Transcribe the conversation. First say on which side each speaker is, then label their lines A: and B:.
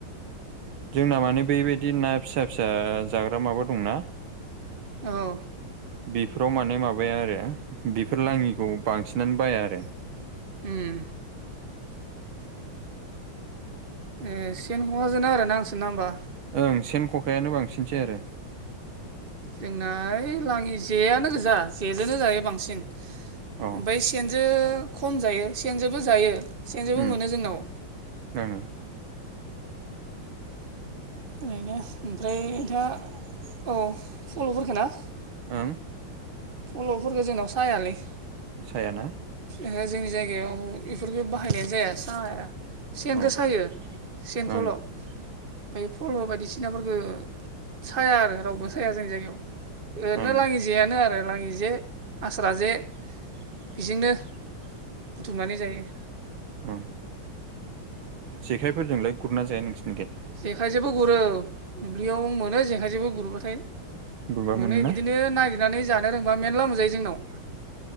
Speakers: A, on the right (about 75°); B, on the right (about 25°).
A: जोंना माने बेबायदि ना फिसा फिसा जाग्रा माबा दंना
B: औ
A: बेफोराव माने माबाया आरो बेफोर लाङिखौ बांसिनानो बाया आरो
B: उम ए सेन्ट हहाजोना आरो ना आंसो न हबा
A: ओं सेन खखायानो बांसिनसै आरो
B: जोंना ओइ लाङि जेयानो गोजा जेजोंननो जायो बांसिन
A: अ
B: ओमफाय सेनजों खम जायो सेनजोंबो जायो सेनजोंबो
A: उम
B: मोनो जोंनाव
A: ओं
B: ओरैनो ओमफ्राय दा औ फल'फोरखोना
A: ओं
B: फल'फोरखौ जोंनाव सायालै
A: सायाना
B: ओहो जोंनि जायगायाव इफोरखौ बाहायनायानो जाया साहाया सेन
A: औ
B: गोसायो सेनखौल'
A: ओं
B: बे फल' बायदिसिनाफोरखौ साया आरो रावबो साया जोंनि जायगायाव ओरैनो
A: ओं
B: लाङि जेआनो आरो लाङि जे आस्रा जे बेजोंनो बुथुमनानै जायो
A: ओं जेखायफोरजोंलाय गुरना जाया नोंसोरनिखाय
B: जेखाइजोंबो गुरो दुब्लियाव मोनो जेखायजोंबो गुरोबाथाय
A: गुरबा
B: मोनै
A: मोनोना
B: बिदिनो नागिरनानै जानो रोंबा मेनला मोनजायो जोंनाव